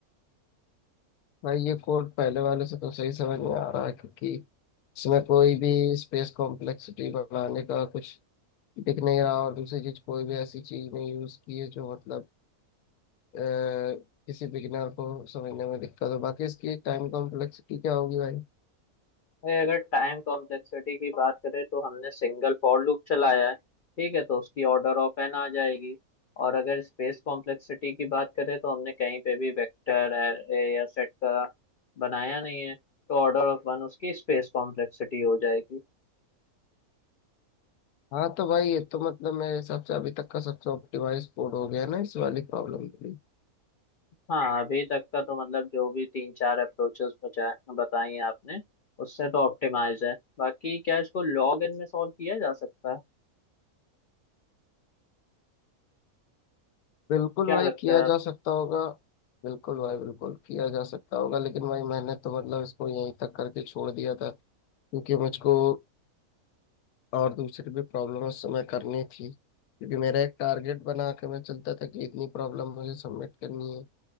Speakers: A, on the left (about 85°); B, on the left (about 65°).
A: भाई ये कोड पहले वाले से तो सही समझ में आ रहा है क्योंकि इसमें कोई भी स्पेस कॉम्प्लेक्सिटी बढ़ाने का कुछ दिख नहीं रहा और दूसरी चीज कोई भी ऐसी चीज नहीं यूज की है जो मतलब अ, किसी बिगिनर को समझने में दिक्कत हो बाकी इसकी टाइम कॉम्प्लेक्सिटी क्या होगी भाई
B: भाई अगर टाइम कॉम्प्लेक्सिटी की बात करें तो हमने सिंगल फॉर लूप चलाया है ठीक है तो उसकी ऑर्डर ऑफ एन आ जाएगी और अगर स्पेस कॉम्प्लेक्सिटी की बात करें तो हमने कहीं पे भी वेक्टर एरे या सेट का बनाया नहीं है तो ऑर्डर ऑफ वन उसकी स्पेस कॉम्प्लेक्सिटी हो जाएगी
A: हाँ तो भाई ये तो मतलब मेरे हिसाब से अभी तक का सबसे ऑप्टिमाइज कोड हो गया ना इस वाली प्रॉब्लम के लिए
B: हाँ अभी तक का तो मतलब जो भी तीन चार अप्रोचेस बताई हैं आपने उससे तो ऑप्टिमाइज है बाकी क्या इसको लॉग इन में सॉल्व किया जा सकता है
A: बिल्कुल
B: क्या
A: भाई
B: लगता
A: किया
B: है
A: जा सकता होगा बिल्कुल भाई बिल्कुल किया जा सकता होगा लेकिन भाई मैंने तो मतलब इसको यहीं तक करके छोड़ दिया था क्योंकि मुझको और दूसरी भी प्रॉब्लम उस समय करनी थी क्योंकि मेरा एक टारगेट बना के मैं चलता था कि इतनी प्रॉब्लम मुझे सबमिट करनी है